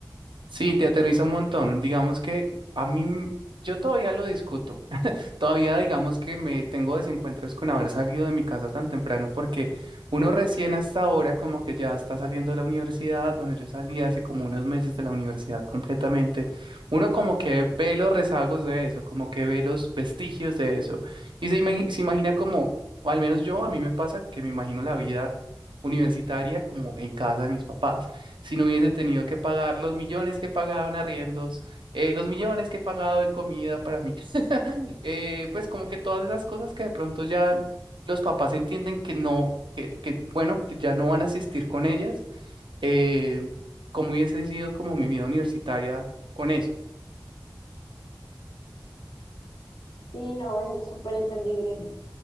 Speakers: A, on the right (about 80°); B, on the left (about 85°).
A: Sí, te aterriza un montón. Digamos que a mí, m- yo todavía lo discuto. Todavía digamos que me tengo desencuentros con haber salido de mi casa tan temprano porque uno recién hasta ahora como que ya está saliendo de la universidad, bueno, yo salí hace como unos meses de la universidad completamente, uno como que ve los rezagos de eso, como que ve los vestigios de eso y se, imagi- se imagina como, o al menos yo, a mí me pasa que me imagino la vida universitaria como en casa de mis papás, si no hubiese tenido que pagar los millones que pagaban arriendos eh, los millones que he pagado en comida para mí eh, pues como que todas esas cosas que de pronto ya los papás entienden que no, que, que, bueno, que ya no van a asistir con ellas, eh, cómo hubiese sido como mi vida universitaria con eso.
B: Sí, no, en- súper entendible.